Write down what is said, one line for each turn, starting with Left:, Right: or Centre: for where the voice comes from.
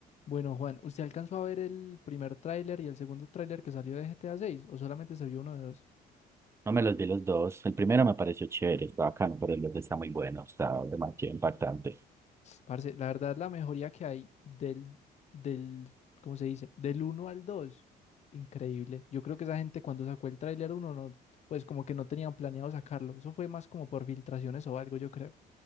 Left: Bueno, Juan, ¿usted alcanzó a ver el primer tráiler y el segundo tráiler que salió de GTA 6 o solamente se vio uno de dos?
Right: No me los vi los dos. El primero me pareció chévere, está bacano, pero el otro está muy bueno, está demasiado impactante.
Left: Parce, la verdad la mejoría que hay del del ¿cómo se dice? del uno al 2, increíble. Yo creo que esa gente cuando sacó el tráiler uno no pues como que no tenían planeado sacarlo. Eso fue más como por filtraciones o algo, yo creo.